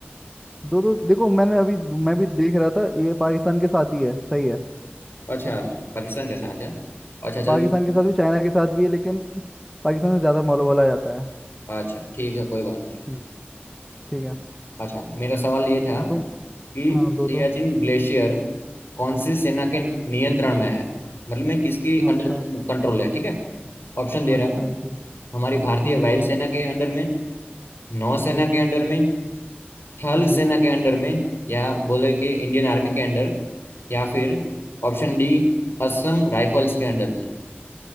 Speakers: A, in the centre; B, on the left.
A: दो दो देखो मैंने अभी मैं भी देख रहा था ये पाकिस्तान के साथ ही है सही है
B: अच्छा पाकिस्तान के साथ है अच्छा चल
A: पाकिस्तान के साथ भी चाइना के साथ भी है लेकिन पाकिस्तान से ज़्यादा मौल बोला जाता है
B: अच्छा ठीक है कोई बात नहीं
A: हम्म। ठीक है
B: अच्छा मेरा सवाल ये था
A: और तुम
B: कि
A: हाँ दो
B: सियाचिन
A: दो
B: ग्लेशियर कौन सी सेना के नियंत्रण में है मतलब मैं किसकी अंडर
A: अच्छा
B: कंट्रोल है ठीक है ऑप्शन दे रहा
A: अच्छा
B: हूँ
A: जी
B: हमारी भारतीय
A: जी
B: वायुसेना
A: जी
B: के अंडर में नौसेना
A: जी
B: के
A: जी
B: अंडर में थल
A: जी
B: सेना के अंडर में या बोले कि इंडियन आर्मी के अंडर या फिर ऑप्शन डी असम राइफल्स के अंडर में